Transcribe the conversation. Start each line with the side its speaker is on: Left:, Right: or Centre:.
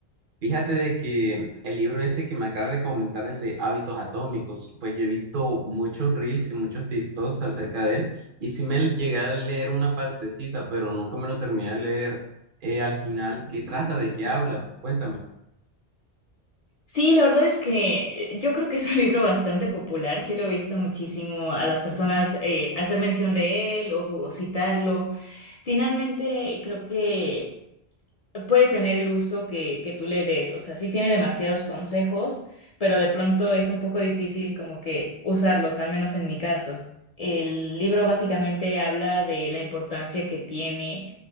Right: Fíjate de que el libro ese que me acabas de comentar, el de hábitos atómicos, pues yo he visto muchos reels y muchos TikToks acerca de él y sí me llegué a leer una partecita, pero nunca me lo terminé de leer. Eh, al final, ¿qué trata? ¿De qué habla? Cuéntame.
Left: Sí, la verdad es que eh, yo creo que es un libro bastante popular, sí lo he visto muchísimo a las personas eh, hacer mención de él o, o citarlo. Finalmente, creo que puede tener el uso que, que tú le des. O sea, sí tiene demasiados consejos, pero de pronto es un poco difícil como que usarlos, al menos en mi caso. El libro básicamente habla de la importancia que tiene